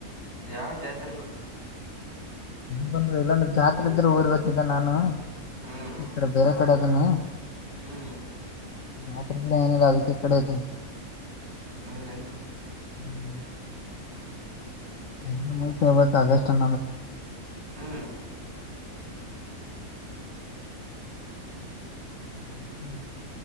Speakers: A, on the right; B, on the left.
A: ಯಾವ ಜಾತ್ರೆಲ್ಲ
B: ನೀ ಬಂದ ಇಲ್ಲೊಂದು ಜಾತ್ರೆಇದ್ರೆ ಊರಿಗೆ ಹೋಯ್ತಿದ್ದೆ ನಾನು
A: ಹ್ಮ್
B: ಈ ಕಡೆ ಬೇರೆ ಕಡೆ ಅದಿನಿ
A: ಹ್ಮ್
B: ಜಾತ್ರಿ ಇಲ್ಲ ಏನಿಲ್ಲ ಅದಕ್ಕೆ ಈಕಡೆ ಇದೀನಿ
A: ಹೌದೇನು
B: ಹ್ಮ್ ಎಕ್ಸಾಮ್ ಮುಗಿತವ ಆಗಸ್ಟ್
A: ಹ್ಮ್
B: ಹ್ಮ ಹ್